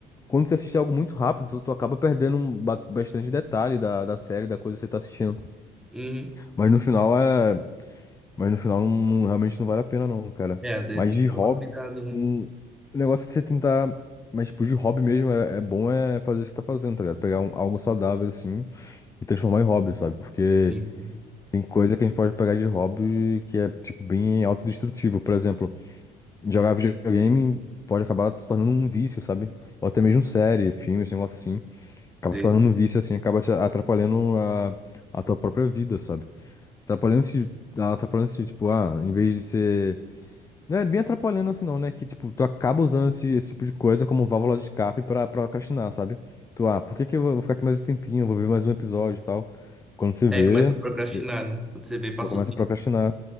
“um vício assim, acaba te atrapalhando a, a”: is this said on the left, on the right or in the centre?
Left